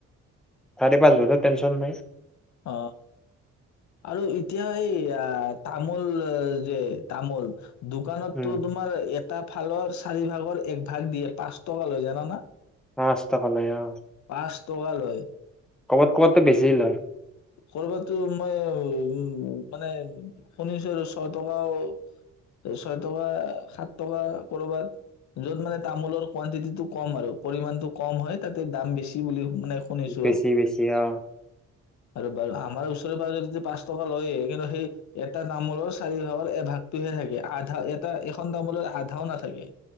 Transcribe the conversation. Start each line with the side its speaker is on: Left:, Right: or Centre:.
Centre: চাৰি পাঁচ বছৰ টেনছন নাই
Left: অ আৰু এতিয়া এই আহ তামোল যে তামোল দোকানততো
Centre: উম,
Left: তোমাৰ এটা ফালৰ চাৰি ভাগৰ এক ভাগ দিয়ে পাঁচ টকা লয় জানানা
Centre: পাঁচ টকা লয় অ
Left: পাঁচ টকা লয় <unintelligible>
Centre: ক'বাত ক'বাততো বেছি লয়।
Left: কৰবাতো মই উ মানে শুনিছো আৰু ছয় টকাও ছয় টকা সাত টকা কৰবাত য'ত মানে তামোলৰ কোৱাণ্টিটিটো কম আৰু পৰিমাণটো কম হয় তাতে দাম বেছি বুলি মানে শুনিছো
Centre: বেছি বেছি অ
Left: আৰু আমাৰ ওচৰে পাজৰে পাঁচ টকা লয়ে সেই কাৰনে সেই এটা তামোলৰ চাৰি ভাগৰ এ ভাগটোহে থাকে আধা এটা এখন তামোলৰ আধাও নাথাকে